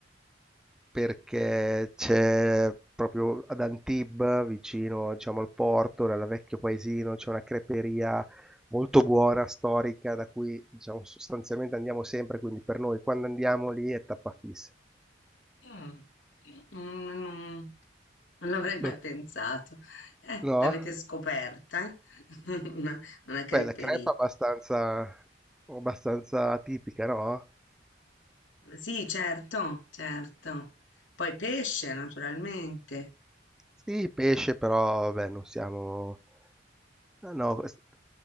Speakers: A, in the centre; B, on the left (about 85°).
A: perché c'è proprio ad Antibes, vicino, diciamo, al porto, nel vecchio paesino, c'è una creperia molto buona, storica, da cui, diciamo, sostanzialmente andiamo sempre, quindi per noi quando andiamo lì è tappa fissa.
B: Mm, mm, non, non l'avrei mai
A: Non-
B: pensato. Eh,
A: No?
B: l'avete scoperta, <laughs> eh? Una, una creperie.
A: Beh, la crepa è abbastanza, abbastanza tipica, no?
B: Sì, certo, certo. Poi pesce, naturalmente.
A: Sì, pesce, però, beh, non siamo... No, no, quest-